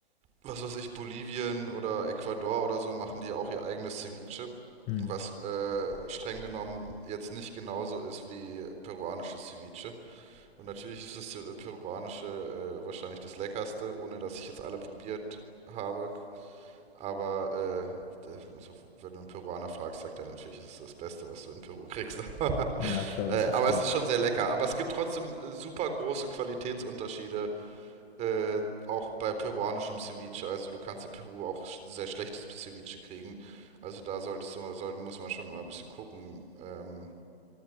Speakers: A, on the right; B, on the left.
A: was weiß ich, Bolivien oder Ecuador oder so machen die auch ihr eigenes Ceviche,
B: Hm.
A: was äh, streng genommen jetzt nicht genauso ist wie peruanisches Ceviche. Und natürlich ist das äh, peruanische äh, wahrscheinlich das leckerste, ohne dass ich jetzt alle probiert habe. Aber äh, also, wenn du einen Peruaner fragst, sagt er natürlich, es ist das Beste, was du in Peru kriegst.
B: Ja,
A: <laughs>
B: klar,
A: äh,
B: das verstehe
A: aber es
B: ich.
A: ist schon sehr lecker. Aber es gibt trotzdem äh, super große Qualitätsunterschiede äh, auch bei peruanischem Ceviche, also du kannst in Peru auch sch- sehr schlechtes Ceviche kriegen. Also da solltest du, sollte, muss man schon immer ein bisschen gucken, ähm,